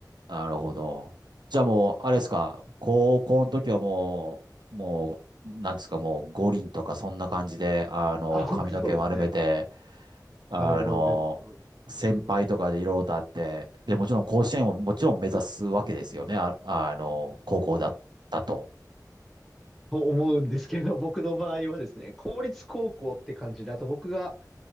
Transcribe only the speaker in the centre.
あ、
本当そうですね。
丸坊主でずっと
いました。
と思うんですけど、<laughs> 僕の場合はですね、公立高校って感じで、あと僕が、